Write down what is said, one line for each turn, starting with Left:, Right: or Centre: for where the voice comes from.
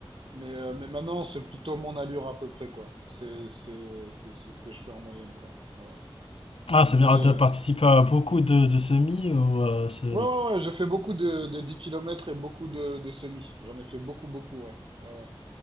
Right: Mais, euh, mais maintenant, c'est plutôt mon allure à peu près, quoi. C'est, c'est, c'est, c'est ce que je fais en moyenne, quoi. Ouais. ouais.
Left: Ah, c'est
Right: Mais,
Left: bien. dire, t'as participé à beaucoup de, de semis ou euh, c'est-
Right: ouais, ouais, ouais, j'ai fait beaucoup de, de 10 kilomètres et beaucoup de, de semi. J'en ai fait beaucoup, beaucoup, ouais. Ouais, ouais.